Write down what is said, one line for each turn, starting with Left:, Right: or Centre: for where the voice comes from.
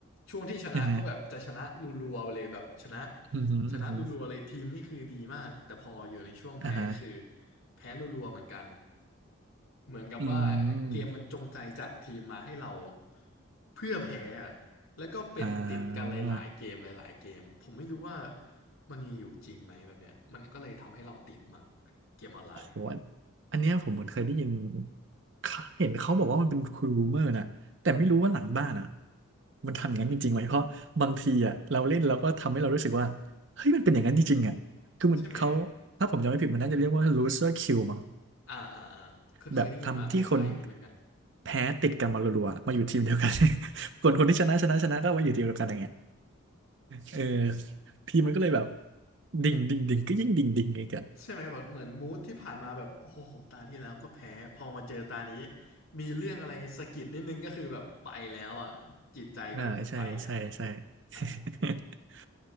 Left: ช่วงที่ชนะก็แบบจะชนะรัวๆไปเลยแบบชนะ
Right: อือฮึอือฮึอือฮึ
Left: ชนะรัวๆเลยทีมนี่คือดีมากแต่พออยู่ในช่วงแพ้ก็คือ
Right: อ่าฮะ
Left: แพ้รัวๆเหมือนกันเหมือนกับว่าเกมมันจงใจจัดทีมมาให้เรา
Right: อืม
Left: เพื่อแพ้อะแล้วก็เป็นติดกันหลายๆเกมหลายๆเกมผมไม่รู้ว่า
Right: อ่า
Left: มันมีอยู่จริงไหมแบบเนี้ยมันก็เลยทำให้เราติดมั้งเกมออนไลน์
Right: โอ้โหอันอันเนี้ยผมเหมือนเคยได้ยินเขาเห็นเขาบอกว่ามันเป็นคูรูเมอร์นะแต่ไม่รู้ว่าหลังบ้านอ่ะมันทำอย่างนั้นจริงๆไหมเพราะบางทีอ่ะเราเล่นเราก็ทำให้เรารู้สึกว่าเฮ้ยมันเป็นอย่างนั้นจริงๆอ่ะคือมันเขา
Left: ใช่ไหม
Right: ถ้าผมจำไม่ผิดมันน่าจะเรียกว่า loser kill มั้ง
Left: อ่าอ่าอ่าเคยเคยได้ยินมาคล้ายๆอย่างนี้เหมือนกัน
Right: แบบทำที่คนแพ้ติดกันมารัวๆมาอยู่ทีมเดียวกัน <laughs> คนคนที่ชนะชนะชนะก็มาอยู่ทีมเดียวกันอย่างเงี้ยเออทีมมันก็เลยแบบดิ่งดิ่งดิ่งก็ยิ่งดิ่งดิ่งอีกอ่ะ
Left: ใช่ไหมเหมือนเหมือนมูดที่ผ่านมาแบบโอ้โหตาที่แล้วก็แพ้พอมาเจอตานี้มีเรื่องอะไรสะกิดนิดนึงก็คือแบบไปแล้วอ่ะจิตใจก็ไปแล้ว
Right: อ่าใช่ใช่ใช่
Left: อ่า
Right: <laughs>